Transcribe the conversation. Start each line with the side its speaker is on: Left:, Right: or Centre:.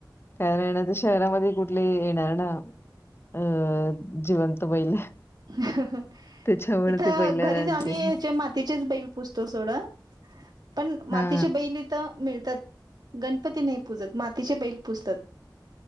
Left: कारण आता शहरामध्ये कुठले ये येणार ना? अं जिवंत बैल.
Right: हं, हं
Left: त्याच्यामुळे
Right: <inaudible> इथं
Left: ते बैलांचे
Right: घरीच आम्ही हेचे मातीचेच बैल, पुजतो सोडा पण
Left: हा
Right: मातीचे बैल इथ मिळ तात. गणपती नाही पुूजत, मातीचे बैल पुूजतात.